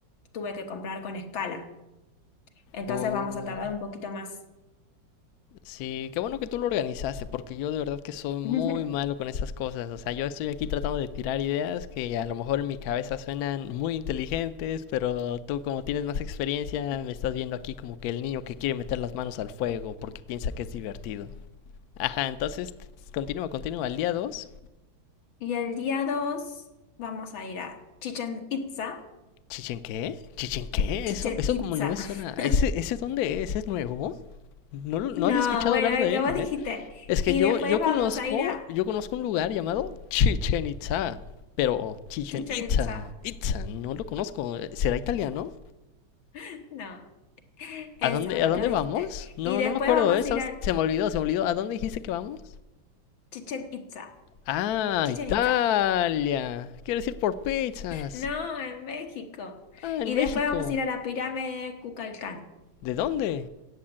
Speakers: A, on the left; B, on the left.
A: tuve que comprar con escala. Entonces
B: Oh,
A: vamos a tardar
B: ya.
A: un poquito más.
B: Sí, qué bueno que tú lo organizaste, porque yo de verdad que soy muy
A: <laughs>
B: malo con esas cosas. O sea, yo estoy aquí tratando de tirar ideas que a lo mejor en mi cabeza suenan muy inteligentes, pero tú como tienes más experiencia, me estás viendo aquí como que el niño que quiere meter las manos al fuego porque piensa que es divertido. Ajá, entonces t- continúa, continúa. Al día dos,
A: Y el día 2 vamos a ir a Chichen Itza.
B: ¿Chichen qué? ¿Chichen qué?
A: Chichen
B: Eso, eso
A: Itza.
B: como no me suena.
A: <laughs>
B: ¿Ese, ese dónde es? ¿Es nuevo? No, lo- no
A: No,
B: había escuchado
A: bueno,
B: hablar
A: el
B: de
A: que
B: él,
A: vos dijiste.
B: ¿eh? Es que
A: Y
B: yo,
A: después
B: yo
A: vamos
B: conozco,
A: a ir a
B: yo conozco un lugar llamado Chichen Itza, pero Chichen
A: Chichen
B: Itza,
A: Itza.
B: Itza, no lo conozco. ¿Será italiano?
A: <laughs> No, eso,
B: ¿A dónde,
A: lo
B: a dónde
A: que vos dijiste.
B: vamos? No,
A: Y después
B: no me acuerdo,
A: vamos
B: ¿eh? ¿Sabes?
A: a ir a
B: Se me olvidó, se me olvidó. ¿A dónde dijiste que vamos?
A: Chichen Itza.
B: Ah,
A: Chichen
B: Italia.
A: Itza.
B: Quiero decir por pizzas.
A: No, en México.
B: Ah, en
A: Y
B: México.
A: después vamos a ir a la pirámide de Kukulcán.
B: ¿De dónde?